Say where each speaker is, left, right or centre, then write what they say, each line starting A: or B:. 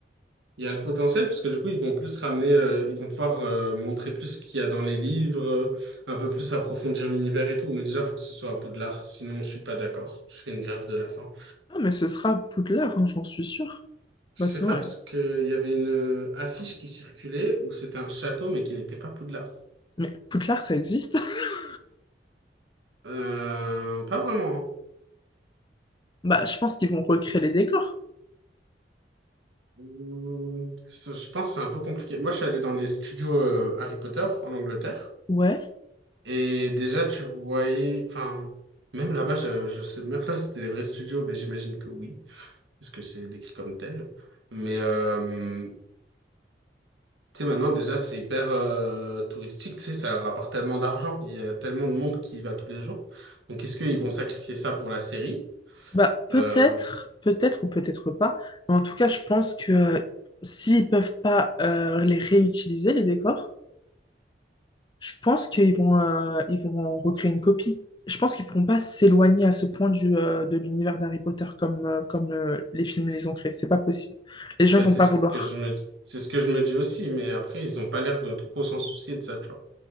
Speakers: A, on the right; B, on the left.
A: Il y a le potentiel, parce que du coup, ils vont plus ramener, euh, ils vont pouvoir euh, montrer plus ce qu'il y a dans les livres, euh, un peu plus approfondir l'univers et tout. Mais déjà, il faut que ce soit à Poudlard, sinon je suis pas d'accord. Je fais une grève de la faim.
B: Ah, mais ce sera Poudlard, hein, j'en suis sûre.
A: Je
B: Bah,
A: sais
B: sinon,
A: pas,
B: euh,
A: parce qu'il y avait une euh, affiche qui circulait où c'était un château, mais qui n'était pas Poudlard.
B: mais Poudlard, ça existe. <laughs>
A: Euh, pas vraiment. hein.
B: Bah, je pense qu'ils vont recréer les décors.
A: Hum, ça, Je pense que c'est un peu compliqué. Moi, je suis allé dans les studios euh, Harry Potter en Angleterre.
B: Ouais.
A: Et déjà, tu voyais, enfin, même là-bas, je, je sais même pas si c'était les vrais studios, mais j'imagine que oui, parce que c'est décrit comme tel. Mais, euh, tu sais, maintenant, déjà, c'est hyper euh, touristique, tu sais, ça leur rapporte tellement d'argent, il y a tellement de monde qui y va tous les jours. Donc, est-ce qu'ils vont sacrifier ça pour la série?
B: Bah, peut-être,
A: Euh,
B: peut-être ou peut-être pas. Mais en tout cas, je pense que euh, s'ils peuvent pas euh, les réutiliser, les décors, je pense qu'ils vont, euh, ils vont en recréer une copie. Je pense qu'ils pourront pas s'éloigner à ce point du, euh, de l'univers d'Harry Potter comme, euh, comme euh, les films les ont créés. C'est pas possible. Les gens
A: ben,
B: vont
A: c'est
B: pas
A: ce
B: vouloir.
A: que je me, c'est ce que je me dis aussi, mais après, ils ont pas l'air de trop s'en soucier de ça, tu vois.